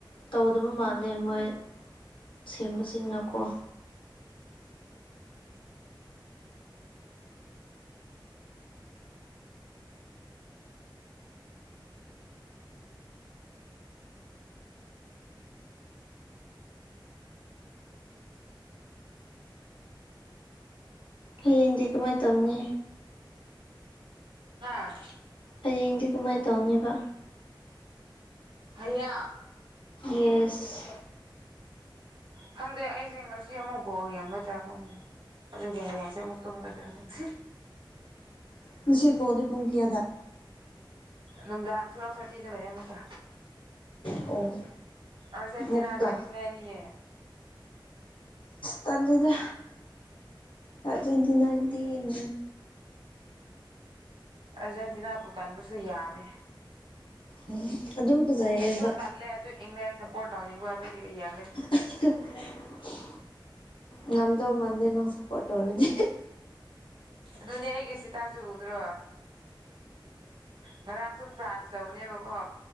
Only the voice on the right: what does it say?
ꯍꯥꯥ
ꯍꯌꯥ
ꯈꯪꯗꯦ ꯑꯩꯁꯦ ꯉꯁꯤ ꯑꯃꯨꯛ ꯕꯣꯜ ꯌꯦꯡꯒꯗ꯭ꯔꯥ ꯈꯪꯗꯦꯅꯦ ꯑꯗꯨꯒꯤ ꯍꯌꯦꯡꯁꯦ ꯑꯃꯨꯛ ꯇꯨꯝꯒꯗ꯭ꯔꯥ ꯈꯪꯗꯦ
ꯅꯨꯡꯗꯥꯡ ꯊꯨꯋꯦꯜꯐ ꯊꯥꯔꯇꯤꯗ ꯂꯩꯔꯦ ꯑꯝꯃꯨꯀ
ꯑꯔꯖꯦꯟꯇꯤꯅꯥꯒ
ꯏꯟ꯭ꯂꯅꯤꯅꯦ
ꯑꯥꯔꯖꯦꯟꯇꯤꯅꯥꯕꯨ ꯇꯥꯟꯕꯁꯨ ꯌꯥꯝꯃꯦ
ꯑꯩꯁꯨ ꯇꯜꯂꯦ ꯑꯗꯨ ꯏꯪꯂꯦꯟ ꯁꯞꯄꯣꯔꯠ ꯇꯧꯅꯤꯡꯕ ꯑꯗꯨꯒꯤ ꯌꯦꯡꯒꯅꯤ
ꯑꯗꯨꯅꯦ ꯑꯩꯒꯤ ꯏꯁꯤꯇꯥꯁꯨ ꯎꯗ꯭ꯔꯣ ꯉꯔꯥꯡꯁꯨ ꯐ꯭ꯔꯥꯟꯁ ꯇꯧꯕꯅꯦꯕꯀꯣ